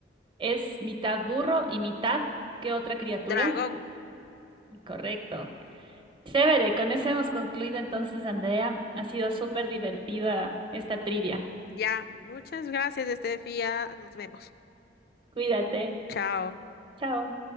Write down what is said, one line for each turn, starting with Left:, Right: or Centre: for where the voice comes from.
Right: es mitad burro y mitad, ¿qué otra criatura?
Left: dragón.
Right: Correcto. Chévere, con eso hemos concluido entonces, Andrea. Ha sido súper divertida esta trivia.
Left: Ya, muchas gracias, Estefía. Nos vemos.
Right: Cuídate.
Left: Chao.
Right: Chao.